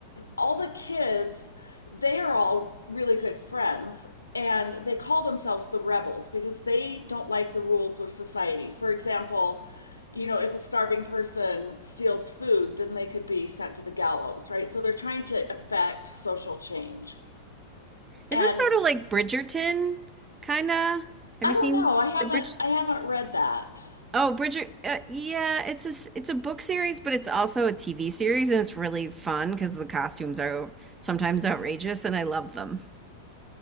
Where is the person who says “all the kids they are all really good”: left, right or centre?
Left